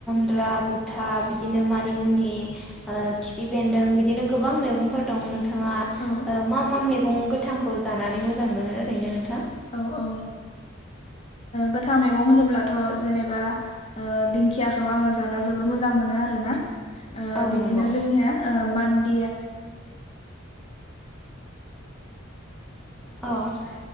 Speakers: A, in the centre; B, on the left.
A: <unintelligible> नोंथाङा मा मा मैगं गोथांखौ जानानै
B: औ
A: मोजां मोनो ओरैनो नोंथां
B: औ औ। गोथां मैगं होनोब्लाथ' जेनेबा दिंखियाखौ आङो जाना जोबोर मोजां मोनो आर ना ओ
A: औ
B: बिदिनो
A: नंगौ
B: जोंनिया ओ मान <unintelligible>
A: औ